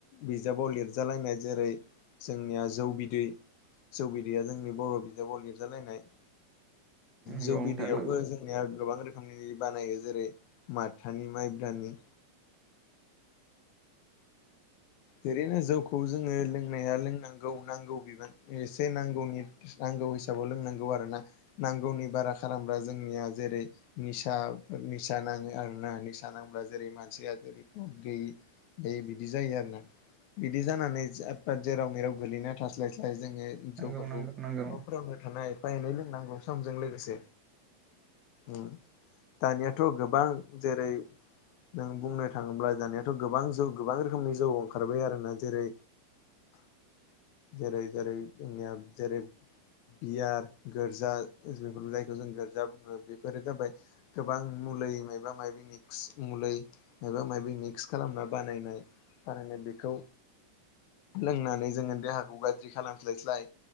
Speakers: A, on the left; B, on the right.
A: बिजाबाव लिरजालायनाय जेरै जोंनिया जौ बिदै जौ बिदैया जोंनि बर बिजाबाव लिरजालायनाय
B: नंगौ
A: जौ
B: नोंथां
A: बिदैआवबो
B: नंगौ
A: जोंनिया गोबां रोखोमनि बानायो जेरै माथानि माइब्रानि ओेरैनो जौखौ जोङो लोंनाया लोंनांगौ नांगौ बिबांनि एसे नांगौनि गौ हिसाबाव लोंनांगौ आरो ना नांगौनि बारा खालामब्ला जोंनिया जेरै निसा बेबायदि निसा नाङो आरोना निसा नांब्ला जेरै मानसिया जेरै टत गैयि बिदि जायो आरो ना बिदि जानानै जाद पाद जेराव मेराव गोलैना थास्लाय स्लाय जोङो
B: नंगौ
A: जौ फोरखौ
B: नंगौ नंगौ
A: नफोरावनो थानाय एफा एनै लोंनांगौ समजों लोगोसे ओ दानियाथ गोबां जेरै नों बुंनो थाङोब्ला दानियाथ गोबां जौ गोबां रोखोमनि जौ ओं ओंखारबाय आरोना जेरै जेरै जेरै जोंनिया जेरै बियार गोर्जा बेफोर जायखौ जों गोर्जा बुङो बेफोरो जाबाय गोबां मुलै मायबा मायबि मिक्स मुलै मायबा मायबि मिक्स खालामना बानायनाय। थारैनो बेखौ लोंनानै जोङो देहाखौ गाज्रि खालामस्लाय स्लाय